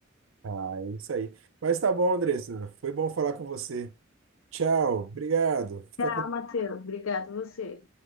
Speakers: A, on the right; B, on the left.
A: Ah, é isso aí. Mas tá bom, Andressa. Foi bom falar com você. Tchau, obrigado. Fica
B: Ah,
A: com
B: Matheus, obrigado você.